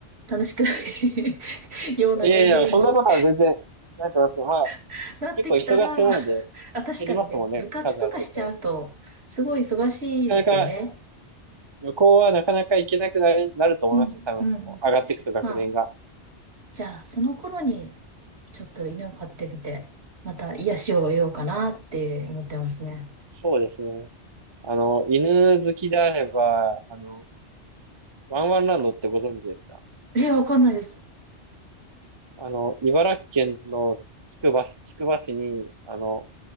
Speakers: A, on the right (about 65°); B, on the right (about 25°).
A: 楽しくない <laughs> ような年齢に
B: いやいや、そんなことは全然、なんてますよまあ、
A: <laughs> なってきたら、
B: 結構忙しくなるので、
A: あ、確かにね、
B: 減りますもんね、
A: 部活とかしちゃうと、
B: 数は絶対。
A: すごい忙しいですよね。
B: なかなか、旅行はなかなか行けなくなる、なると思いますね、
A: うん、
B: 多分。
A: うん。
B: 上がっていくと学年が。
A: まあ、じゃあ、その頃に、ちょっと犬を飼ってみて、また癒しを得ようかなって思ってますね。
B: あそうですね。あの、犬好きであれば、あの、ワンワンランドってご存知ですか
A: え、わかんないです。
B: あの、茨城県のつくば市、つくば市に、あの、